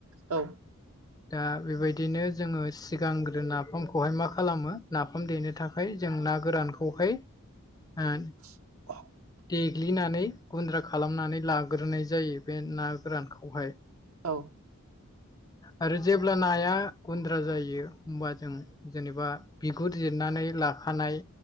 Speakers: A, on the right; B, on the left.
A: औ।
B: दा बेबायदिनो जोङो सिगांग्रो नाफामखौहाय मा खालामो नाफाम देनो थाखाय जों जों ना गोरानखौहाय ओ
A: <inaudible>
B: देग्लिनानै गुन्द्रा खालामनानै लाग्रोनाय जायो बे ना गोरानखौहाय
A: औ
B: आरो जेब्ला नाया गुन्द्रा जायो होमबा जों जेनेबा बिगुर जिरनानै लाखानाय